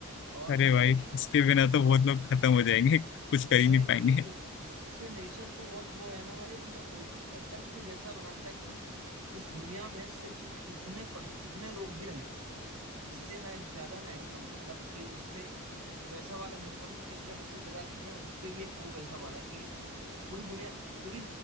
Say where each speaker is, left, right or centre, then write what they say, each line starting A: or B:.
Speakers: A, on the right (about 70°); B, on the left (about 55°).
A: और
B: अरे
A: मैं
B: भाई इसके बिना तो बहुत लोग खत्म हो जाएंगे कुछ कर ही
A: नहीं
B: नहीं
A: नहीं
B: पाएंगे
A: उससे नेचर को बहुत वो है ना भाई और मैं कोशिश करता कि कुछ ऐसा बनाता कि इ- इस दुनिया में सिर्फ इतने पर्स इतने लोग ही रहेंगे इससे ना एक ज्यादा ना एक कम मतलब कि उससे वैसा वाला मिनिमम कि कितने बच्चे पैदा करने हैं, उस पे भी एक वो वैसा वाला कि पूरी दुनिया क्योंकि